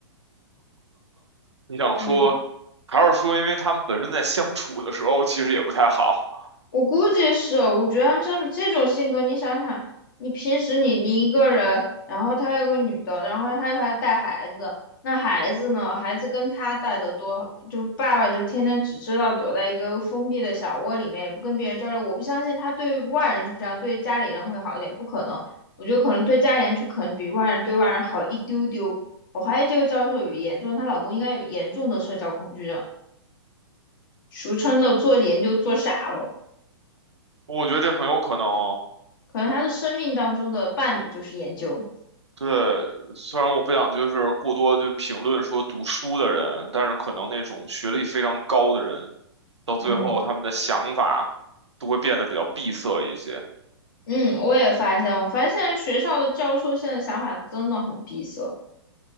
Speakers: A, on the right; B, on the left.
A: 你想说，
B: 嗯。
A: 还是说因为他们本身在相处的时候其实也不太好？
B: 我估计是，我觉得他们相处这种性格，你想想，你平时你你一个人，然后他有个女的，然后她又还带孩子，那孩子呢？孩子跟他带的多，好，就爸爸就天天只知道躲在一个封闭的小窝里面，也不跟别人交流。我不相信他对外人是这样，对家里人会好一点，不可能。我觉得可能对家里人就可能比外人对外人好一丢丢。我怀疑这个教授有严重，她老公应该有严重的社交恐惧症，俗称的做研究做傻了。
A: 我觉得这很有可能哦。
B: 可能他的生命当中的伴侣就是研究。
A: 对，虽然我不想就是过多就评论说读书的人，但是可能那种学历非常高的人，到最后他们的想法都会变得比较闭塞一些。
B: 嗯嗯，我也发现，我发现学校的教授现在想法真的很闭塞。